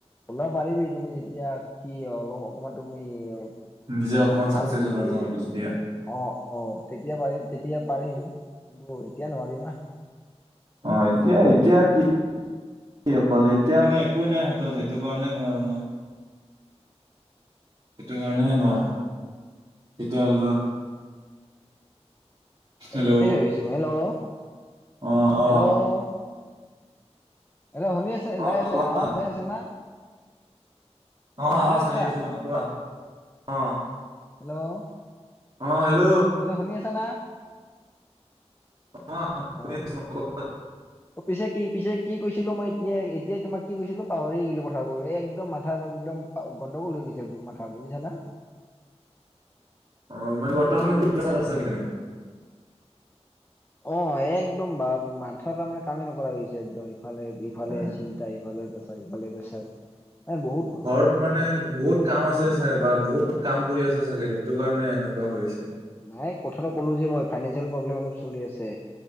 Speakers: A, on the left; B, on the right.
A: ওলাব পাৰিবি তুমি যেতিয়া কি অলপ অকমান তুমি ভাল
B: নিজে অকমান চাকচেছ
A: অঁ-অঁ,
B: হ'বা যাওঁ আৰু যেতিয়া।
A: তেতিয়া পাৰিম, তেতিয়া পাৰিম কিন্তু এতিয়া নোৱাৰিম না।
B: অঁ! এতিয়া-এতিয়া কি কি অকল এতিয়া মানে একোৱেই নাই হাতত সেইটো কাৰণে নোৱাৰো ন। সেইটো কাৰণেহে নোৱাৰা তেতিয়াহ'লে ধৰ হেল্ল'
A: এইটোৱেই ভাবিছো মই। হেল্ল'!
B: অ অ
A: হেল্ল'! হেল্লো শুনি আছে?
B: অ
A: যাই আছে
B: কোৱা।
A: আৱাজ যাই আছে না?
B: অঁ আৱাজ
A: শুনি আছা
B: আহি আছে তোমাৰ। কোৱা? অঁ!
A: হেল্ল'!
B: অঁ! হেল্ল'?
A: হেল্ল' শুনি আছ না?
B: অঁ!
A: অ
B: শুনি আছো মই। কোৱা।
A: অ পিছে কি পিছে কি কৈছিলোঁ মই এতিয়া এতিয়াই তোমাক কি কৈছিলোঁ পাহৰি গলোঁ কথাবোৰ। এই একদম মাথা একদম অ! গণ্ডগোল হৈ গৈছে মাথা বুজিছা না?
B: অঁ! মানে বৰ্তমান বহুত প্ৰেচাৰত আছা নেকি তুমি?
A: অঁ একদম বা মাথা তাৰমানে কামে নকৰা হৈছে একদম। ইফালে, ইফালে
B: অ
A: চিন্তা, ইফালে পেছাৰ, সিফালে পেছাৰ এ বহুত
B: ঘৰত মানে বহুত কাম আছে চা বা বহুত কাম কৰি আছে চাগে সেইটো কাৰণে এনেকুৱা হৈ আছে।
A: নাই কথাটো ক'লো যে মই ফাইনেন্সিয়েল প্ৰব্লেম অলপ চলি আছে।